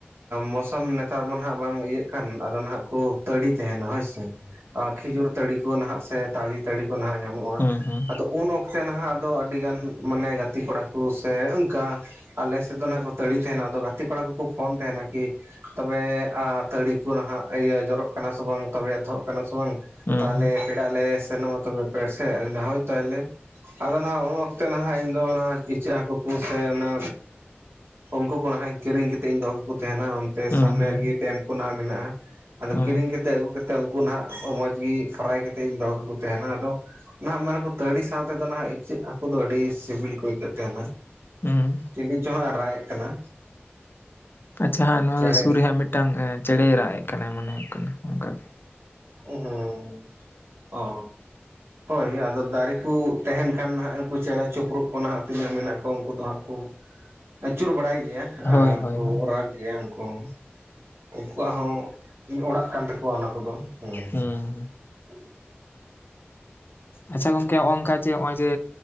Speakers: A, on the right; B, on the left.
A: ᱢᱳᱥᱟᱢ ᱱᱮᱛᱟᱨ ᱮᱢᱚᱱ ᱤᱭᱟᱜ ᱠᱟᱱ ᱟᱫᱚ ᱱᱟᱟᱜ ᱠᱚ ᱛᱟᱹᱲᱤ ᱛᱟᱦᱮᱱᱟ ᱦᱳᱭᱥᱮ ᱟ ᱠᱷᱤᱡᱩᱨ ᱛᱟᱹᱲᱤ ᱠᱚ ᱱᱟᱦᱟᱜ ᱥᱮ ᱛᱟᱞᱮ ᱛᱟᱹᱲᱤ ᱠᱚ ᱱᱟᱦᱟᱜ ᱧᱟᱢᱚᱜᱼᱟ
B: ᱦᱩᱸ ᱦᱩᱸ ᱦᱮᱸ ᱦᱮᱸ
A: ᱟᱫᱚ ᱩᱱ ᱚᱠᱛᱮ ᱱᱟᱦᱟᱜ ᱟᱹᱰᱤ ᱜᱟᱱ ᱢᱟᱱᱮ ᱜᱟᱛᱮ ᱠᱚᱲᱟ ᱠᱚ ᱥᱮ ᱚᱱᱠᱟ ᱟᱞᱮ ᱥᱮᱫ ᱫᱚ ᱱᱟᱦᱟᱜ ᱠᱚ ᱛᱟᱹᱲᱤ ᱛᱟᱦᱮᱱᱟ ᱟᱫᱚ ᱜᱟᱛᱮ ᱠᱚᱲᱟ ᱠᱚᱠᱚ ᱯᱷᱳᱱ ᱛᱟᱦᱮᱱᱟ ᱠᱤ ᱛᱚᱵᱮ ᱛᱟᱹᱲᱤ ᱠᱚ ᱱᱟᱦᱟᱜ ᱤᱭᱟᱹ ᱡᱚᱨᱚᱜ ᱠᱟᱱᱟ ᱥᱮ ᱵᱟᱝ ᱛᱚᱵᱮ ᱮᱛᱚᱜ ᱠᱟᱱᱟ ᱥᱮ ᱵᱟᱝ
B: ᱦᱩᱸ
A: ᱛᱟᱞᱮ
B: ᱦᱩᱸ
A: ᱯᱮᱲᱟᱜ ᱞᱮ ᱥᱮᱱᱚᱜᱼᱟ ᱛᱚᱵᱮ ᱯᱮ ᱥᱮᱫ ᱦᱳᱭ ᱛᱟᱦᱚᱞᱮ ᱟᱫᱚ ᱱᱟᱦᱟᱜ ᱩᱱ ᱚᱠᱛᱮ ᱱᱟᱦᱟᱜ ᱤᱧᱫᱚ ᱚᱱᱟ ᱤᱪᱟᱹᱜ ᱦᱟᱹᱠᱩ ᱠᱚ ᱥᱮ ᱚᱱᱟ ᱩᱱᱠᱩ ᱠᱚ ᱱᱟᱦᱟᱜ ᱠᱤᱨᱤᱧ ᱠᱟᱛᱮ ᱤᱧ ᱫᱚᱦᱚ ᱠᱚᱠᱚ ᱛᱟᱦᱮᱱᱟ ᱚᱱᱛᱮ
B: ᱦᱩᱸ
A: ᱥᱟᱢᱱᱮ
B: ᱦᱩᱸ ᱦᱩᱸ
A: ᱨᱮᱜᱮ
B: ᱦᱩᱸ
A: ᱰᱮᱢ ᱠᱚ ᱱᱟᱦᱟᱜ ᱢᱮᱱᱟᱜᱼᱟ ᱟᱫᱚ
B: ᱦᱩᱸ
A: ᱠᱤᱨᱤᱧ ᱠᱟᱛᱮ ᱟᱹᱜᱩ ᱠᱟᱛᱮᱜ ᱩᱱᱠᱩ ᱦᱟᱜ ᱢᱚᱸᱡᱽ ᱜᱮ ᱯᱷᱨᱟᱭ ᱠᱟᱛᱮᱜ ᱤᱧ ᱫᱚᱦᱚ ᱠᱟᱠᱚ ᱛᱟᱦᱮᱸᱱᱟ ᱟᱫᱚ ᱱᱟᱦᱟᱸᱜ ᱢᱟᱱᱮ ᱠᱚ ᱛᱟᱹᱲᱤ ᱥᱟᱶ ᱛᱮᱫᱚ ᱱᱟᱦᱟᱸᱜ ᱦᱟᱹᱠᱩ ᱫᱚ ᱟᱹᱰᱤ ᱥᱤᱵᱤᱞ ᱠᱚ ᱟᱹᱭᱠᱟᱹᱜ ᱛᱟᱦᱮᱱᱟ
B: ᱦᱩᱸ
A: ᱪᱤᱞᱤ ᱪᱚᱝ ᱮ ᱨᱟᱭᱮᱫ ᱠᱟᱱᱟ
B: ᱟᱪᱪᱷᱟ ᱦᱟᱸᱜ ᱱᱚᱣᱟ
A: ᱪᱮᱬᱮ
B: ᱫᱚ ᱥᱩᱨ ᱨᱮᱭᱟᱜ ᱢᱤᱫᱴᱟᱝ ᱪᱮᱬᱮᱭ ᱨᱟᱜ ᱮᱜ ᱠᱟᱱᱟᱭ ᱢᱚᱱᱮ ᱦᱩᱭᱩᱜ ᱠᱟᱱᱟ ᱚᱱᱠᱟᱜᱮ
A: ᱚ ᱦᱚᱸ ᱚ ᱦᱳᱭ ᱟᱫᱚ ᱫᱟᱨᱮ ᱠᱚ ᱛᱟᱦᱮᱱ ᱠᱷᱟᱱ ᱱᱟᱦᱟᱸᱜ ᱩᱱᱠᱩ ᱪᱮᱬᱮ ᱪᱤᱯᱨᱩᱫᱽ ᱠᱚ ᱱᱟᱦᱟᱸᱜ ᱛᱤᱱᱟᱹᱜ ᱢᱮᱱᱟᱜ ᱠᱚᱣᱟ ᱩᱱᱠᱩ ᱫᱚ ᱦᱟᱸᱜ ᱟᱹᱪᱩᱨ ᱵᱟᱲᱟᱭ ᱜᱮᱭᱟ
B: ᱦᱳᱭ
A: ᱟᱨ
B: ᱦᱳᱭ
A: ᱠᱚ
B: ᱦᱳᱭ
A: ᱨᱟᱜᱽ ᱜᱮᱭᱟ ᱩᱝᱠᱩ ᱩᱝᱠᱩ ᱦᱚᱸ ᱩᱱᱠᱩᱣᱟᱜ ᱦᱚᱸ ᱤᱧ ᱚᱲᱟᱜ ᱠᱟᱱ ᱛᱟᱠᱚᱣᱟ ᱚᱱᱟ ᱠᱚᱫᱚ ᱦᱸ
B: ᱦᱩᱸ ᱦᱩᱸ
A: ᱦ
B: ᱟᱪᱪᱷᱟ ᱜᱚᱝᱠᱮ ᱱᱚᱜᱼᱚᱭ ᱱᱚᱝᱠᱟ ᱡᱮ ᱱᱚᱜ ᱚᱭ ᱡᱮ